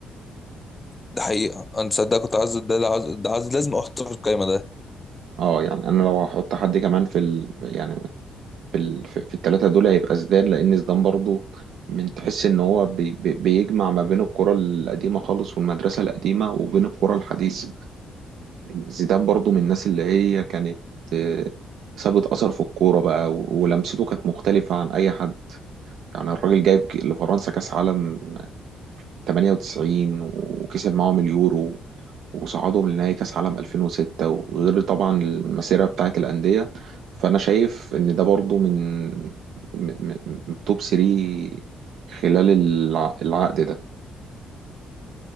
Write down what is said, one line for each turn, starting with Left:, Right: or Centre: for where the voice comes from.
Left: ده حقيقه انا صدق كنت عايز ده ده عايز ده عايز لازم اختار القايمه ده
Right: اه يعني انا لو هحط حد كمان في ال... يعني في ال... في في التلاتة دول هيبقى زيدان لان زيدان برضو من تحس ان هو بي... بي... بيجمع ما بين الكرة القديمة خالص والمدرسة القديمة وبين الكرة الحديثة زيدان برضو من الناس اللي هي كانت آه، سابت أثر في الكورة بقى و- ولمسته كانت مختلفة عن أي حد يعني الراجل جايب ك- لفرنسا كأس عالم 98 وكسب معاهم اليورو وصعدهم لنهائي كأس عالم 2006 وغير طبعا المسيرة بتاعة الأندية فأنا شايف إن ده برضو من من من- من توب 3 خلال الع- العقد ده